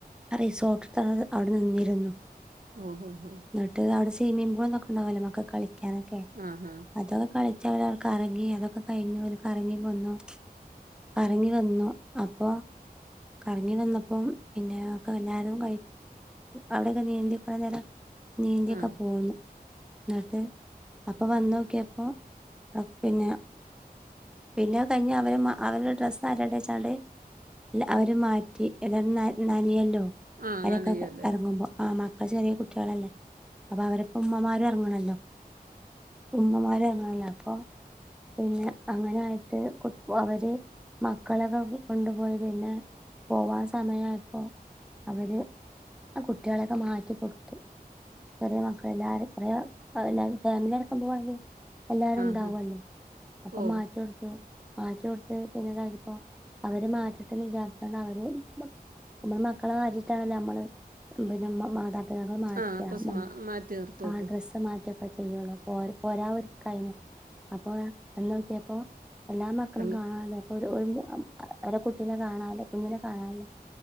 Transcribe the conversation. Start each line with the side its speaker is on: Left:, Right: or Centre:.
Centre: റിസോർട് ഇട്ത്ത് അവിടെ നിന്നിരുന്നു
Right: ഓഹൊഹൊ
Centre: ഇന്നട്ട് അവിടെ സ്വിമ്മിംഗ് പൂളും ഇതൊക്കെ ഇണ്ടാവല്ലോ മക്കക്ക് കളി ക്കാനൊക്കെ
Right: ആ ഹാ
Centre: അതൊക്കെ കളിച്ച് അവര് കറങ്ങി അതൊക്കെ കയിഞ്ഞ് അവർ കറങ്ങി വന്നു കറങ്ങി വന്നു അപ്പൊ കറങ്ങി വന്നപ്പം പിന്നെ ഒക്കെ എല്ലാരും അവിടെ ഒക്കെ നീന്തി കൊറേ നേരം നീന്തി
Right: ആ
Centre: ഒക്കെ പോന്ന് ഇന്നട്ട് അ പ്പൊ വന്നോക്കിയേപ്പം പിന്നെ പിന്നെ അത് കയിഞ്ഞ് അവർ ഡ്രസ്സ്‌ മാറ്റട്ടെ വെച്ചാണ്ട് അവർ മാറ്റി ഏതായാലും ന്നന നന്യല്ലോ
Right: ആ ആ
Centre: അയിൽക്കൊക്കെ
Right: നനയുമല്ലേ
Centre: എറങ്ങുമ്പം ആ മക്കൾ ചെറിയ കു കുട്ടികളല്ലേ അപ്പം അവരൊപ്പം ഉമ്മമാരും ഇറങ്ങണ <unintelligible> ഉമ്മമാര് ഇറങ്ങണോല്ലോ അപ്പം പിന്നെ അങ്ങനെ ആയിട്ട് അവര് മക്കളെയൊക്കെ കൊണ്ട് പോയി പിന്നെ പോവാൻ സമയം ആയപ്പോ അവര് കുട്ടികളെയൊക്കെ മാറ്റി കൊടുത്ത ചെറിയ മക്കൾ എല്ലാരും പറ അത് ഞാൻ ഫാമിലി അടക്കം പോവണെങ്കി എല്ലാരുണ്ടാവും
Right: ആഹാ
Centre: അല്ലോ അപ്പൊ
Right: ഓ
Centre: <unintelligible> മാറ്റി കൊടുത്താ പിന്നെ ദാ ഇപ്പം അവരെ മാറ്റട്ടെന്ന് വിചരിച്ചാ അവര് അമ്മടെ മക്കളെ മാറ്റിട്ടാണല്ലോ അമ്മള് പിന്നെ മ്മാത <unintelligible>
Right: ആ ഡ്രസ്സ് മാ മാറ്റി നിർത്തുവല്ലേ
Centre: ഡ്രസ്സ്‌ <unintelligible> <unintelligible> എല്ലാ മക്കളേ
Right: വെള്ള
Centre: കാണാല്ലോ <unintelligible> ഓരേ കുട്ടിനെ കാണാല്ലോ ഇപ്പം ഇങ്ങനെ കാണാല്ലോ